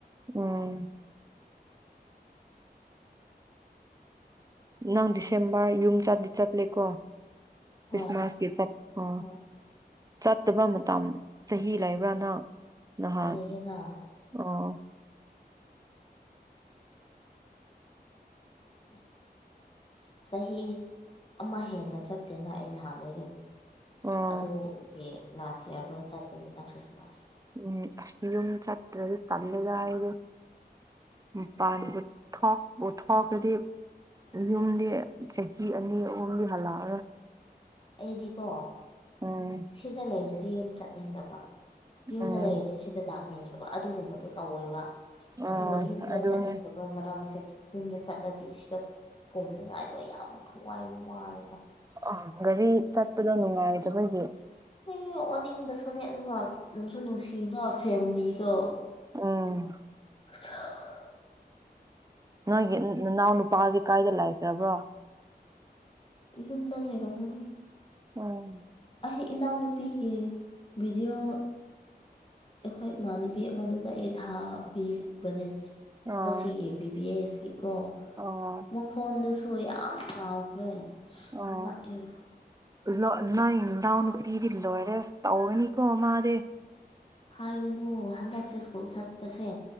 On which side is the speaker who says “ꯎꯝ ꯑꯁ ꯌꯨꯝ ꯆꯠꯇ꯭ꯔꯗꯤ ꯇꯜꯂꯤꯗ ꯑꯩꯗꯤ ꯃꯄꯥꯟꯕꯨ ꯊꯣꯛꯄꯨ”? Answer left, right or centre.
Right